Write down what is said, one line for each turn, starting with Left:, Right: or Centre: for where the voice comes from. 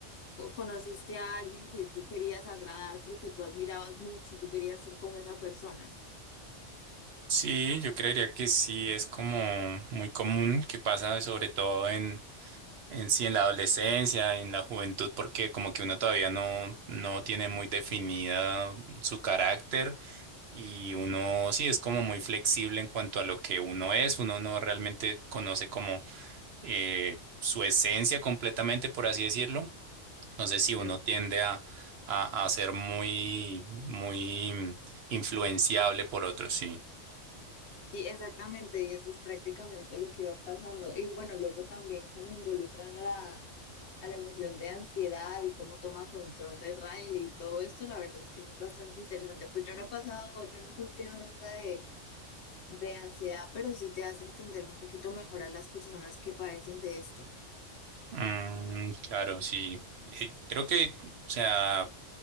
Left: co- conociste a alguien que tú querías agradar porque tú admirabas mucho y tú querías ser como esa persona.
Right: Sí, yo creería que sí, es como muy común que pasa sobre todo En sí, en la adolescencia, en la juventud, porque como que uno todavía no, no tiene muy definida su carácter y uno sí es como muy flexible en cuanto a lo que uno es, uno no realmente conoce como eh, su esencia completamente, por así decirlo. Entonces, sí, uno
Left: Sí.
Right: tiende a, a, a ser muy, muy influenciable por otros, sí.
Left: Sí, exactamente, y eso es prácticamente lo que iba pasando. Y bueno, luego también cómo involucran la, a la emoción de ansiedad y cómo toma control de Riley y todo esto, la verdad es que es bastante interesante. Pues yo no he pasado, yo no he sufrido nunca de de ansiedad, pero sí te hace entender un poquito mejor a las personas que padecen de esto.
Right: Mm, claro, sí. Eh, creo que, o sea,